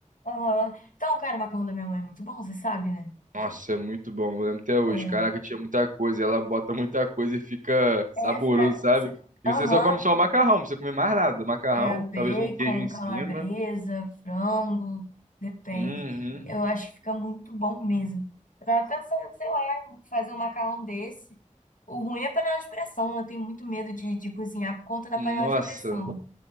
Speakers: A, on the left; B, on the right.
A: aham. Então, cara, o macarrão da minha mãe é muito bom, você sabe, né?
B: Nossa, é muito bom. Eu lembro até hoje.
A: É,
B: Caraca, tinha muita coisa. Ela bota muita coisa e fica saboroso,
A: é fica.
B: sabe?
A: cê-
B: E
A: Aham,
B: você só come só macarrão, não precisa comer mais nada. Macarrão,
A: é bacon,
B: talvez um queijo em
A: calabresa,
B: cima.
A: frango, depende.
B: Uhum.
A: Eu acho que fica muito bom mesmo. Eu tava pensando, sei lá, fazer um macarrão desse. O ruim é a panela de pressão, né? eu tenho muito medo de, de cozinhar por conta da panela
B: Nossa,
A: de pressão.